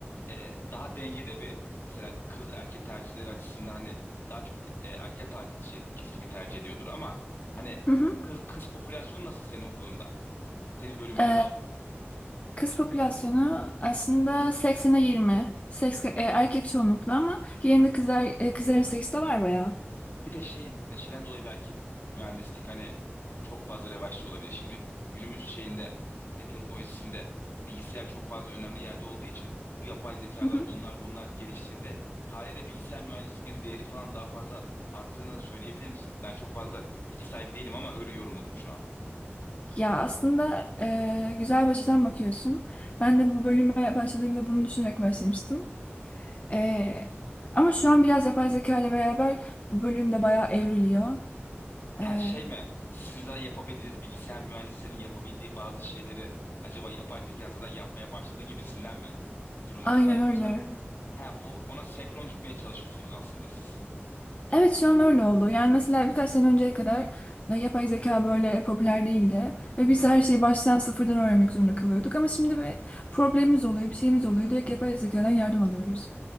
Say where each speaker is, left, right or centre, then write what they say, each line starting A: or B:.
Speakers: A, on the left; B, on the left.
A: e, daha dengede bir mesela kız erkek tercihleri açısından hani daha çok e, erkek ta- şey, kesinlikle tercih ediyordur ama hani
B: Hı hı.
A: kız kız popülasyonu nasıl senin okulunda? Senin bölümünde
B: E,
A: daha doğrusu.
B: kız popülasyonu aslında seksene 20, Seks, e, erkek çoğunluklu ama yerinde
A: <laughs>
B: kızlar, e, kızların sayısı da var bayağı.
A: Bir de şey, şeyden dolayı belki mühendislik hani çok fazla revaçta olabilir. Şimdi günümüz şeyinde, e, teknolojisinde bilgisayar çok fazla önemli yerde olduğu için bu yapay zekalar,
B: Hı hı.
A: onlar bunlar geliştiğinde haliyle bilgisayar mühendisliğinin değeri falan daha fazla arttığını söyleyebilir misin? Ben çok fazla bilgi sahibi değilim ama öyle yorumladım şu an.
B: Ya aslında e, güzel bir açıdan bakıyorsun. Ben de bu bölüme başladığımda bunu düşünerek başlamıştım. E, ama şu an biraz yapay zeka ile beraber bu bölümde bayağı evriliyor.
A: Her
B: E,
A: şey mi? Sizin zaten yapabildiğiniz bilgisayar mühendislerinin yapabildiği bazı şeyleri acaba yapay zeka zaten yapmaya başladı gibisinden mi durumlarınız
B: aynen
A: var? Yoksa
B: öyle.
A: he, o, ona senkron gitmeye çalışıyorsunuz aslında siz.
B: Evet şu an öyle oldu. Yani mesela birkaç sene önceye kadar e, yapay zeka böyle popüler değildi. Ve biz
A: Hı hı.
B: her şeyi baştan sıfırdan öğrenmek zorunda kalıyorduk. Ama şimdi bir problemimiz oluyor, bir şeyimiz oluyor. Direkt yapay zekadan yardım alıyoruz.